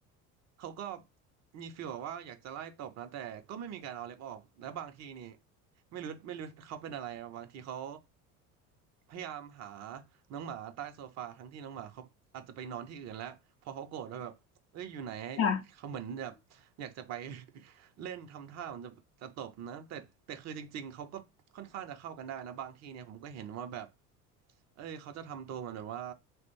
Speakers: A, on the right (about 35°); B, on the left (about 30°).
A: เขาก็มีฟีลแบบว่าอยากจะไล่ตบนะแต่ก็ไม่มีการเอาเล็บออกแล้วบางทีนี่ ไม่รู้ไม่รู้เขาเป็นอะไรอะบางทีเขาพยายามหาน้องหมาใต้โซฟาทั้งที่น้องหมาเขาอาจจะไปนอนที่อื่นแล้วพอเขาโกรธแล้วแบบเอ้ยอยู่ไหน
B: ค่ะ
A: เขาเหมือนแบบอยากจะไป <laughs> เล่นทำท่าเหมันจะจะตบนะแต่แต่คือจริงๆเขาก็ค่อนข้างจะเข้ากันได้นะบางทีเนี่ยผมก็เห็นว่าแบบเอ้ยเขาจะทำตัวเหมือนแบบว่า